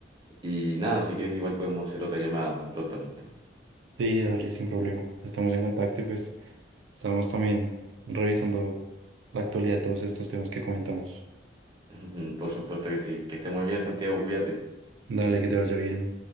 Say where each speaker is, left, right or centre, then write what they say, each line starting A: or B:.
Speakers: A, on the right; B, on the right.
A: y nada, si quieres igual podemos hacer otra llamada prontamente.
B: Sí, dale, sin problema. Estamos en contacto y pues... Estamos también revisando la actualidad de todos estos temas que comentamos.
A: <laughs> Por supuesto que sí, que esté muy bien, Santiago, cuídate.
B: Dale, que te vaya bien.